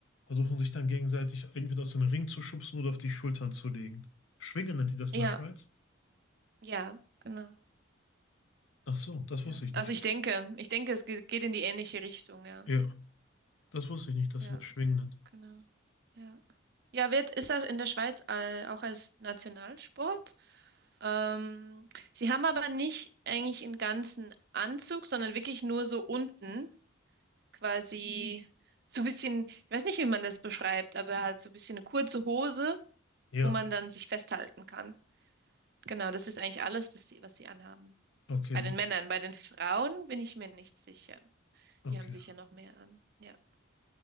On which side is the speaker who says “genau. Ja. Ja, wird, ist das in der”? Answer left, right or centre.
Right